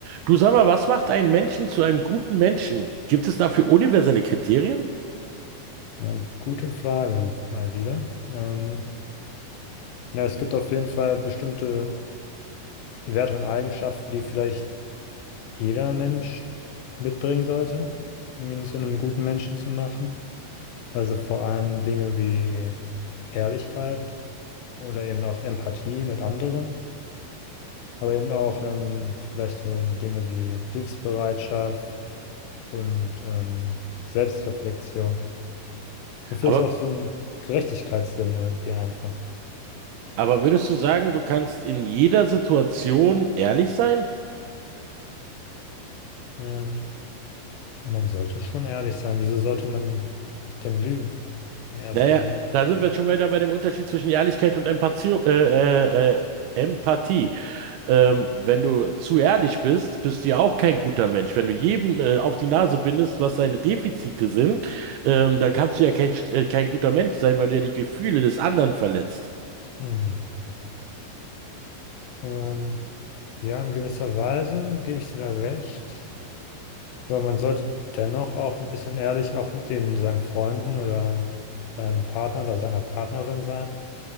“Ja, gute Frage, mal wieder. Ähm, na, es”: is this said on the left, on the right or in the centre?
Left